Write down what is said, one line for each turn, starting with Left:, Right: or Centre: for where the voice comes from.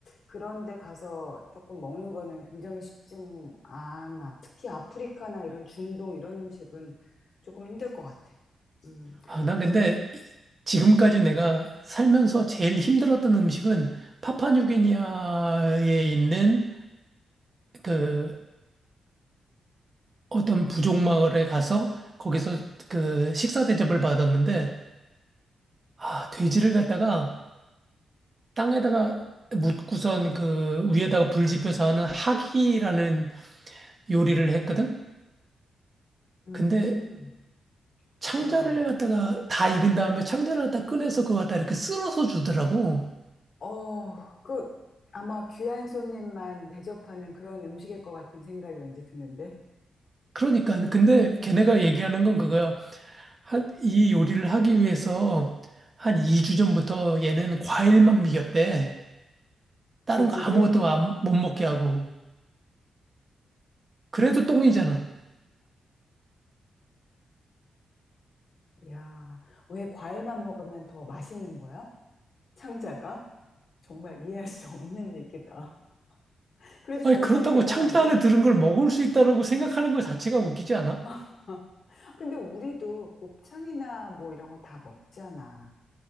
Left: 그런 데 가서 조금 먹는 거는 굉장히 쉽진 않아. 특히 아프리카나 이런 중동 이런 음식은 조금 힘들 것 같아. 음,
Right: 아, 난
Left: 그래서,
Right: 근데 이- 지금까지 내가 살면서 제일 힘들었던 음식은 파파뉴기니아에 있는 그 어떤 부족 마을에 가서 거기서 그 식사 대접을 받았는데 아, 돼지를 갖다가 땅에다가 묻고선 그 위에다가 불 지펴서 하는 하기라는 요리를 했거든?
Left: 음,
Right: 근데 창자를
Left: 와.
Right: 갖다가 다 익은 다음에 창자를 갖다 꺼내서 그거 갖다 이렇게 쓸어서 주더라고.
Left: 어, 그, 아마 귀한 손님만 대접하는 그런 음식일 것 같은 생각이 왠지 드는데.
Right: 그러니까 근데 걔네가 얘기하는 건 그거야. 한 이 요리를 하기 위해서 한 2주 전부터 얘는 과일만 먹였대. 다른
Left: 돼지를?
Right: 거 아무것도 안, 못 먹게 하고. 그래도 똥이잖아.
Left: 야, 왜 과일만 먹으면 더 맛있는 거야? 창자가? 정말 이해할 수 없는 얘기다. 그래도
Right: 아니
Left: 정성이
Right: 그렇다고
Left: 대단한데?
Right: 창자 안에 들은 걸 먹을 수 있다라고 생각하는 것 자체가 웃기지 않아?
Left: <laughs> 근데 우리도 곱창이나 뭐 이런 거 다 먹잖아.